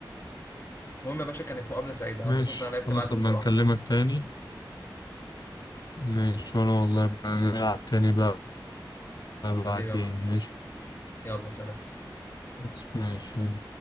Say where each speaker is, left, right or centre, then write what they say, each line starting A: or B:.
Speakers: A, on the left; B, on the left.
A: المهم يا باشا كانت مقابله سعيده انا
B: ماشي
A: اتبسطت ان انا لعبت
B: خلاص
A: معاك بصراحه
B: أبقى نكلمك تاني ماشي وأنا والله بقى نلعب تاني بقى بعدين
A: حبيبي يا معلم
B: ماشي
A: يلا سلام
B: بس ماشي يلا.